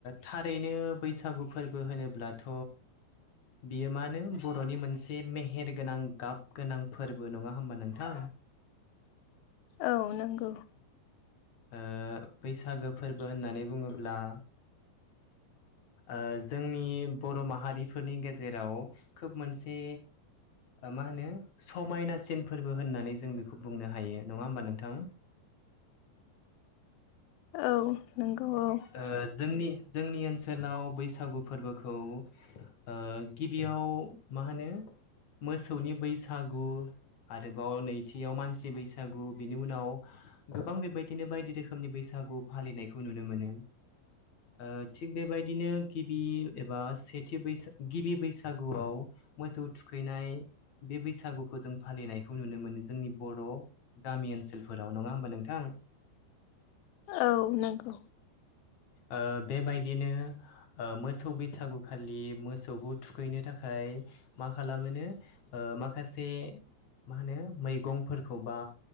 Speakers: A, on the left (about 55°); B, on the left (about 80°).
A: थारैनो बैसागु फोरबो होनोब्लाथ बियो मा नो बर नि मोनसे मेहेरगोनां गाब गोनां फोरबो नङा होमबा नोंथां
B: औ नंगौ
A: ओ बैसागो फोरबो होननानै बुङोब्ला ओ जोंनि बर माहारिफोरनि गेजेराव खोब मोनसे ओ मा होनो समायनासिन फोरबो होननानै जों बेखौ बुंनो हायो नङा होमबा नोंथां
B: औ नंगौ औ
A: ओ जोंनि जोंनि ओनसोलाव बैसागु फोरबोखौ ओ गिबियाव मा होनो मोसौनि बैसागु आरोबाव नैथियाव मानसि बैसागु बिनि उनाव गोबां बेबायदिनो बायदि रोखोमनि बैसागु फालिनायखौ नुनो मोनो ओ थिग बेबायदिनो गिबि एबा सेथि बैस गिबि बैसागुआव मोसौ थुखैनाय बे बैसागुखौ जों फालिनायखौ नुनो मोनो जोंनि बर गामि ओनसोलफोराव नङा होमबा नोंथां
B: औ नंगौ
A: ओ बेबायदिनो। ओ मोसौ बैसागुखालि मोसौखौ थुखैनो थाखाय मा खालामोनो। ओ माखासे मा होनो मैगंफोरखौ बा।